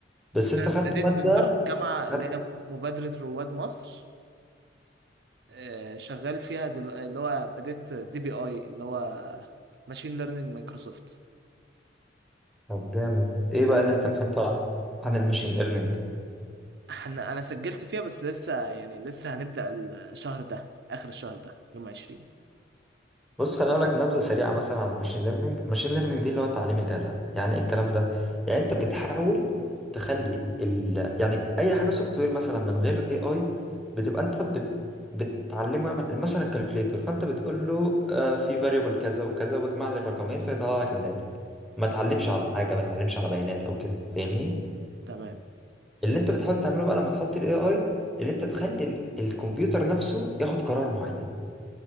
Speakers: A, in the centre; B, on the right (about 70°).
A: بس
B: بس
A: انت
B: انا
A: خدت
B: بديت
A: مادة
B: من بره الجامعة اللي
A: خدت
B: هي مبادرة رواد مصر آه، شغال فيها دل... اللي هو بديت دي بي اي اللي هو ماشين ليرنينج مايكروسوفت
A: طب جامد ايه بقى اللي انت فهمته عن عن الماشين ليرنينج
B: احنا انا سجلت فيها بس لسه يعني لسه هنبدأ الشهر ده اخر الشهر ده يوم 20
A: بص خليني اقول لك نبذه سريعه مثلا عن الماشين ليرنينج الماشين ليرنينج دي اللي هو تعليم الاله يعني ايه الكلام ده يعني انت بتحاول تخلي ال... يعني اي حاجه سوفت وير مثلا من غير اي اي بتبقى انت بت... بتعلمه يعمل مثلا كالكوليتور فانت بتقول له آه في فاريبل كذا وكذا واجمع لي الرقمين فيطلع لك الناتج ما
B: تمام
A: تعلمش على حاجه ما تعلمش على بيانات او كده فاهمني
B: تمام
A: اللي انت بتحاول تعمله بقى لما تحط الاي اي اللي انت تخلي ال... الكمبيوتر نفسه ياخد قرار معين